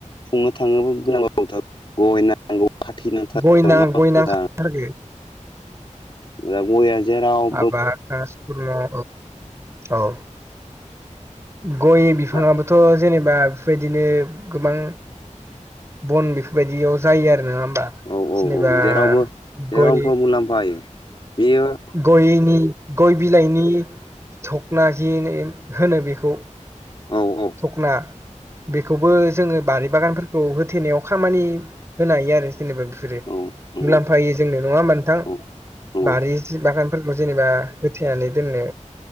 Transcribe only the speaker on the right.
गयना
गय नांखाथारगो
माबा औ सुरमह औ। गय बिफाङाबोथ'
जेनेबा बेफोरबायदिनो गोबां बन बेफोरबायदियाव जायो आरो नङा होमबा।
जेनेबा
गय
गयनि गय बिलाइनि थखनाखि होनो बेखौ
दखना। बेखौबो जोङो बारि बागानफोरखौ होथेनायाव खामानि होनो हायो आरो। जेनेबा बेफोरो
मुलाम्फा हो जोंनो नङा मोनथां
बारि बागानफोरखौ जेनेबा होथेनानै दोननो।